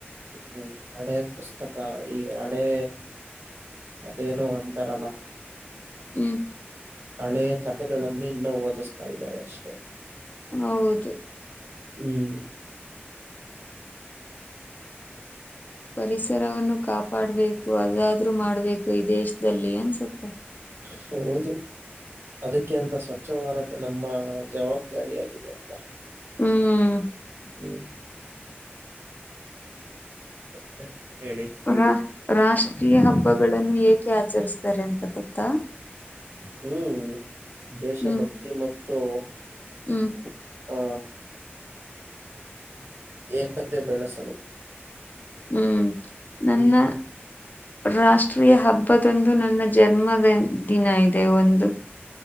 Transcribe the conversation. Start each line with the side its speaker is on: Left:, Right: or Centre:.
Right: ಹ್ಮ್ ಹಳೆ ಪುಸ್ತಕ ಈ ಹಳೇ ಅದೇನೋ ಅಂತಾರಲ್ಲ.
Left: ಹ್ಮ್
Right: ಹಳೆ ಕತೆೆಗಳನ್ನು ಇನ್ನೂ ಓದಿಸ್ತಾ ಇದ್ದಾರೆ ಅಷ್ಟೇ.
Left: ಹೌದು
Right: ಹ್ಮ್
Left: ಪರಿಸರವನ್ನು ಕಾಪಾಡುಬೇಕು ಅದದ್ರೂ ಮಾಡ್ಬೇಕು ಈ ದೇಶದಲ್ಲಿ ಅನ್ಸುತ್ತೆ.
Right: ಸೊ ಹೌದು. ಅದಕ್ಕೆ ಅಂತ ಸ್ವಚ್ಛ ಭಾರತ್ ನಮ್ಮ ಜವಾಬ್ದಾರಿಯಾಗಿದೆ ಅಲ್ವಾ.
Left: ಹ್ಮ್
Right: ಹ್ಮ್ ಮತ್ತೆ ಹೇಳಿ.
Left: ರಾ ರಾಷ್ಟ್ರೀಯ ಹಬ್ಬಗಳನ್ನು ಏಕೆ ಆಚರಿಸ್ತಾರೆ ಅಂತ ಗೊತ್ತಾ.
Right: ಹ್ಮ್ ದೇಶಭಕ್ತಿ
Left: ಹ್ಮ್
Right: ಮತ್ತು.
Left: ಹ್ಮ್
Right: ಹಾ ಏಕತೆ ಬೆಳೆಸಲು.
Left: ಹ್ಮ್ ನನ್ನ.
Right: ಹ್ಮ್
Left: ರಾಷ್ಟ್ರೀಯ ಹಬ್ಬದೊಂದು ನನ್ನ ಜನ್ಮದ ದಿನ ಇದೆ ಒಂದು.